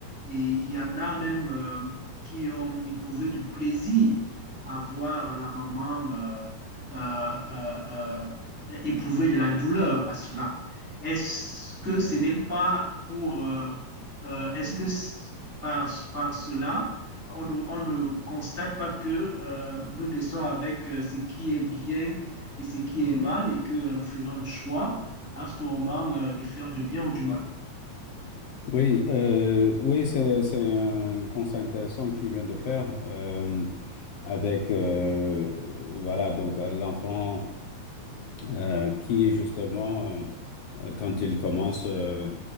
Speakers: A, in the centre; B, on the left.
A: et il y en a même euh, qui ont éprouvé du plaisir à voir la maman euh, euh, euh, euh, éprouver de la douleur à cela. Est-ce que ce n'est pas pour... euh, euh, est-ce que par, par cela, on ne, on ne constate pas que euh, nous restons avec euh, ce qui est bien et ce qui est mal et que euh, nous faisons le choix à ce moment euh, de faire du bien ou du mal.
B: Oui, euh, oui, c'est c'est un constat intéressant que tu viens de faire euh, avec euh, euh, voilà donc euh, l'enfant euh, qui justement euh, euh, quand il commence euh,